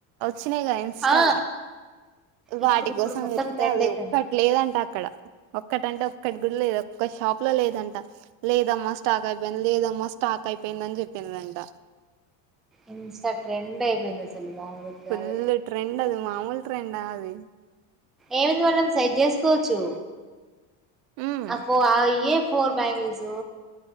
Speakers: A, on the right (about 60°); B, in the centre.
A: స్నేగా ఇన్స్టార
B: ఆ
A: వాటి
B: ఇప్పుడు ఇప్పుడు
A: కోసం
B: మొత్తం
A: వెతికితే
B: ట్రెండ్
A: అది
B: అయితుంది
A: ఒక్కటి లేదంటే అక్కడ ఒక్కట్ ఒక్కటి అంటేఒక్కటి గు లేదు ఒక్క షాప్ లో లేదంట లేదమ్మా స్టాక్ అయిపోయింది లేదమ్మా స్టాక్ అయిపోయింద అని చెప్పినరంట
B: ఇన్స్టా ట్రెండ్ అయిపోయింది అసలు మామూలుగా
A: ఫుల్
B: కాదు
A: ట్రెండ్ అది మాముూలు ట్రెండా అది
B: ఏముంది మనం సెట్ చేసుకోవచ్చు
A: ఉమ్
B: అబ్బో ఆయ్యే ఫోర్ బ్యాగిల్స్